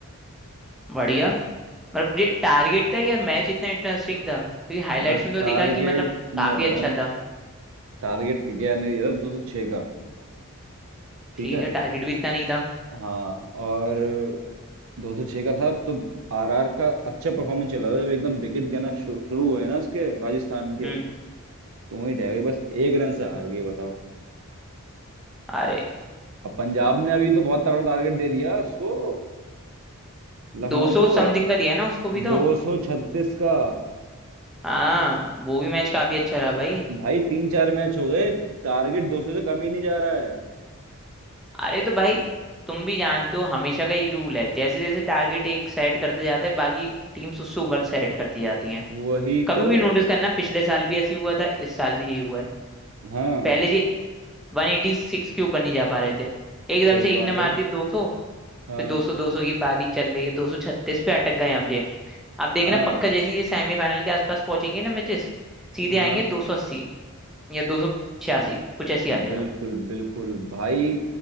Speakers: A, in the centre; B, on the right.
A: बढ़िया मतलब ये टारगेट था या मैच इतना इंटरेस्टिंग था क्योंकि हाईलाइट्स
B: मतलब
A: में तो
B: टारगेट
A: दिखा कि मतलब
B: मैं
A: काफी
B: बताता
A: अच्छा
B: हूँ
A: था
B: टारगेट केकेआर ने दिया था 206 का ठीक
A: ठीक
B: है
A: है टारगेट भी इतना नहीं था
B: हाँ और 206 का था तो आरआर का अच्छा परफॉर्मेंस चला था जब एकदम विकेट गिरना शु, शुरू हुए ना उसके राजस्थान के
A: हम्म
B: तो वहीं ढह गई बस एक रन से हार गई बताओ
A: अरे
B: अब पंजाब ने अभी तो बहुत तगड़ा टारगेट दे दिया उसको लखनऊ
A: दो सौ
B: को
A: समथिंग का दिया है ना उसको भी
B: 236
A: तो
B: का
A: हाँ वो भी मैच काफी अच्छा रहा भाई
B: भाई तीन चार मैच हो गए टारगेट 200 से कम ही नहीं जा रहा है
A: अरे तो भाई तुम भी जानते हो हमेशा का ही रूल है जैसे जैसे टारगेट एक सेट करते जाते हैं बाकी टीम्स उससे ऊपर सेट करती जाती हैं
B: वही
A: कभी
B: तो
A: भी नोटिस करना पिछले साल भी ऐसी हुआ था इस साल भी यही हुआ है
B: हाँ
A: पहले ये वन एटी सिक्स के ऊपर नहीं जा पा रहे थे एकदम
B: सही
A: से
B: बात
A: एक ने मार
B: है
A: दिया दो सौ
B: हाँ
A: फिर 200 200 की पारी चल रही है 236 पे अटक गए हैं अब ये आप देखना
B: हाँ
A: पक्का जैसे ही ये सेमीफाइनल के आसपास पहुंचेंगे ना मैचेस सीधे
B: हाँ
A: आएंगे 280 या 286 कुछ ऐसी आ जाएगा
B: बिल्कुल बिल्कुल भाई